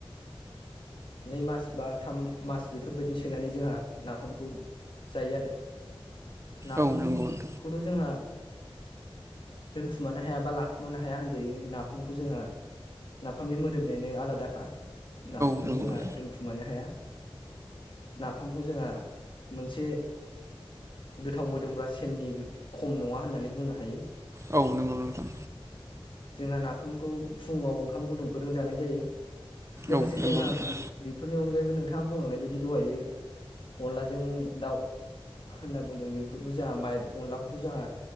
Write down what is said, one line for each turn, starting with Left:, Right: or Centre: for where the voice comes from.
Left: नै नै मास बा थाम मास बेफोरबायदि सोनानै जोंहा नाफामखौ जायो आरो नाफामखौथ'
Right: औ नंगौ नोंथां औ नंगौ नोंथां
Left: जोंहा दोनखुमानो हाया बा लाखुमानो हाया होनजायो नाफामखौ जोंहा नाफामनि मोदोमनायानो आलादाखा नाफामखौ
Right: जों मोननो
Left: जोंहा दोनखुमानो हाया ना नाफामखौ जोंहा मोनसे गोथाव मोदोमग्रा सेननि खम नङा होननानै बुंनो हायो
Right: औ नंगौ नोंथां
Left: जोंहा नाफामखौ फुङाव ओं ओंखाम गुदुंफोरजों जानाय जायो लोगोसे
Right: औ नंगौ
Left: जोंहा
Right: नोंथां
Left: बेफोरनि अनगायैबो नों हा बुंनाय बायदि दहायो अनलाजों दाउ होनना बुंदों बेफोरखौ जोंहा अनलाखौथ' जोंहा